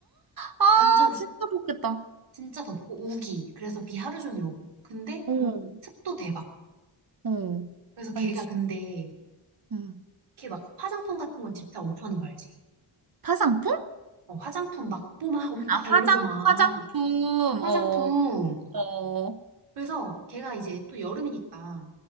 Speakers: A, on the right (about 45°); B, on the right (about 90°).
A: 아,
B: 완전
A: 진짜 좋겠다.
B: 진짜 덥고 우기. 그래서 비 하루 종일 오고. 근데
A: 어. 응.
B: 습도 대박.
A: 어.
B: 그래서 걔가
A: 알지.
B: 근데
A: 응.
B: 걔 막 화장품 같은 건 집착 엄청 하는 거 알지?
A: 화장품?
B: 어, 화장품 막 뽀막 엄청
A: 아, 화장,
B: 바르고 막
A: 화장품.
B: 화장품.
A: 어. 어.
B: 그래서 걔가 이제 또 여름이니까